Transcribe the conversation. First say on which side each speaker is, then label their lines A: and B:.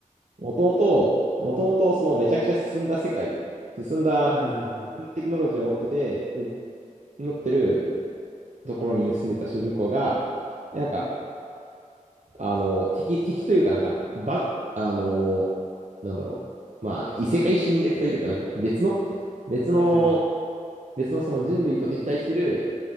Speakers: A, on the right; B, on the right.
A: もともと、
B: うん。
A: もともとそのめちゃくちゃ進んだ世界、進んだ
B: はいはいはいはいはい。
A: テクノロジーを持ってて、う持ってるところに住んでた主人公が、えなんか、
B: うん。
A: あの、敵、敵というかなんか、ば、あの、なんだろう、まあ、異世界侵略隊というかなんか、別の、別の、
B: はいはいはい。
A: 別のその人類と敵対してる